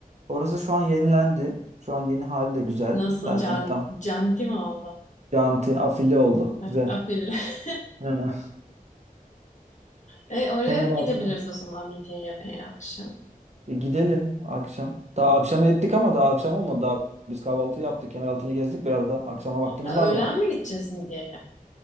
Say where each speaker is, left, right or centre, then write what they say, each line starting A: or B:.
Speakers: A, on the right; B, on the left.
A: Orası şu an yenilendi. Şu an yeni hali de güzel.
B: nasıl
A: Zaten
B: can,
A: tam
B: canti mi oldu?
A: janti afili oldu.
B: Heh,
A: Güzel.
B: afil. <laughs>
A: Hı.
B: E, oraya
A: Kemeraltı.
B: gidebiliriz o zaman midye yemeye akşam.
A: E, gidelim akşam. Daha akşama ettik ama daha akşam olmadı. Daha biz kahvaltı yaptık. Kemeraltı'nı gezdik. Biraz da akşama vaktimiz
B: Ha,
A: var
B: öğlen
A: yani.
B: mi gideceğiz midyeye?